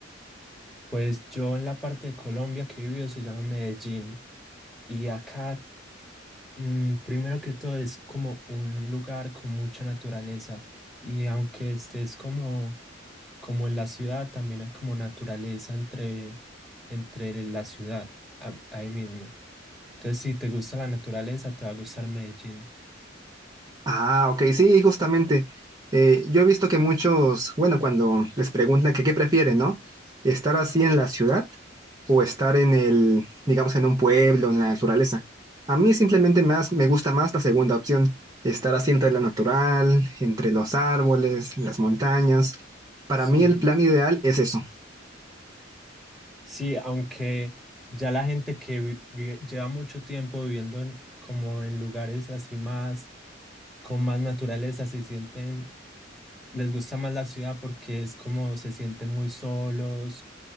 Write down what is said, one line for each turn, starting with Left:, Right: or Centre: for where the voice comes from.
Centre: Pues yo en la parte de Colombia que he vivido se llama Medellín y acá Mm, primero que todo es como un lugar con mucha naturaleza y aunque estés como, como en la ciudad, también hay como naturaleza entre, entre la ciudad, a- ahí mismo. Entonces, si te gusta la naturaleza, te va a gustar Medellín.
Right: Ah, ok, sí, justamente. Eh, yo he visto que muchos, bueno, cuando les preguntan que qué prefieren, ¿no? Estar así en la ciudad o estar en el, digamos, en un pueblo, en la naturaleza. A mí simplemente más me gusta más la segunda opción, estar así entre la natural, entre los árboles, las montañas. Para
Centre: Sí.
Right: mí el plan ideal es eso.
Centre: Sí, aunque ya la gente que vi- vive- lleva mucho tiempo viviendo en- como en lugares así más, con más naturaleza, se sienten les gusta más la ciudad porque es como se sienten muy solos